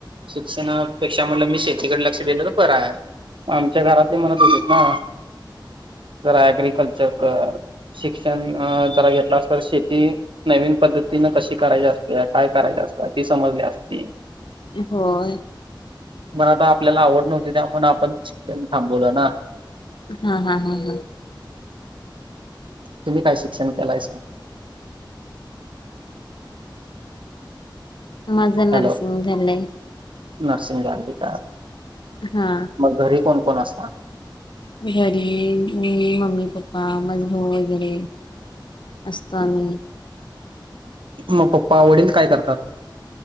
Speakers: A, on the right; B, on the left.
A: शिक्षणापेक्षा म्हणलं मी शेतीकडे लक्ष दिलं तर बर हाय. आमच्या घरातही म्हणत होते ना. जरा अग्रिकल्चर शिक्षण जरा घेतला अस तर शेती नवीन पद्धतीनं कशी करायची असते काय करायचे असतं ती समजली असती.
B: होय.
A: मण आता आपल्याला आवड नव्हती त्यामुळे आपण शिक्षण थांबवलं ना.
B: हा हा हा हा.
A: तुम्ही काय शिक्षण केलाय सां?
B: माझं नर्सिंग
A: हॅलो
B: झालंय.
A: नर्सिंग झालंय का.
B: हा.
A: मग घरी कोण कोण असतात.
B: घरी मी मम्मी पप्पा मज भाऊ वगैरे. असतो आम्ही.
A: मग पप्पा आवडील काय करतात?